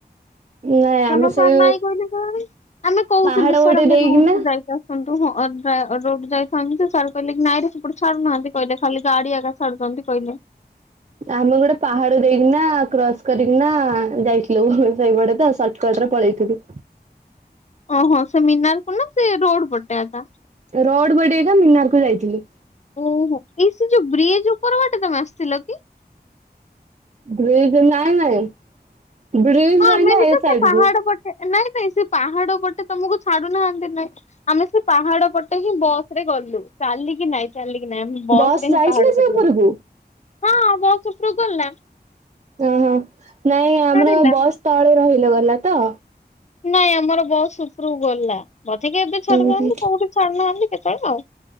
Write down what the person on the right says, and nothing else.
ନାଇଁ ଆମେ
ସେଇ
ପାହାଡ
ଗୋଟେ
ଦେଇକିନା
ଆମେ ଗୋଟେ ପାହାଡ ଦେଇକିନା, କ୍ରସ୍ କରିକିନା, ଯାଇଥିଲୁ ସେଇପଡେ ତ। ସଟରେ ପଳେଇଥିଲୁ।
ରୋଡ ବଢଡେଇକା ମିନାର କୁ ଯାଇଥିଲି।
ବ୍ରିଜ ନାଇଁ ନାଇଁ, ବ୍ରିଜ
ରହିଲା
ଏ
ସାଇଡ
କୁ।
ବସ୍
ଯାଇଥିଲା
ସେ
ଉପରକୁ?
ଓହୋ, ନାଇଁ ଆମର
ବସ୍ ତଳେ ରହିଲ ଗଲା ତ।
ଉଁ
ହୁଁ